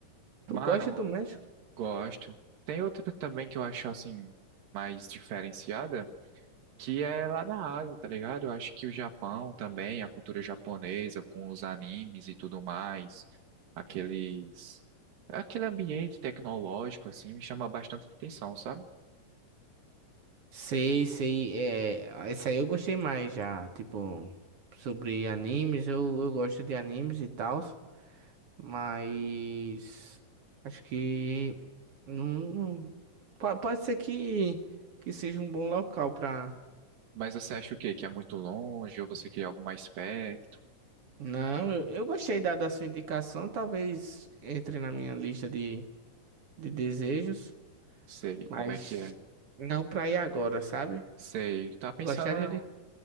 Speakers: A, on the right; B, on the right.
A: Mano,
B: Tu gosta do México?
A: Gosto. Tem outra também que eu acho assim mais diferenciada, que é lá na Ásia, tá ligado? Eu acho que o Japão também, a cultura japonesa com os animes e tudo mais, aqueles aquele ambiente tecnológico assim me chama bastante atenção, sabe?
B: Sei, sei, é, esse aí eu gostei mais já, tipo, sobre animes, eu, eu gosto de animes e tal, mas acho que não, não- po- pode ser que, que seja um bom local pra...
A: Mas você acha o quê? Que é muito longe ou você quer algo mais perto?
B: Não, eu, eu gostei da, da sua indicação, talvez entre na minha lista de, de desejos,
A: Sei como
B: mas
A: é que é.
B: não pra ir agora, sabe?
A: Sei. Tá pensando,
B: Gostaria de...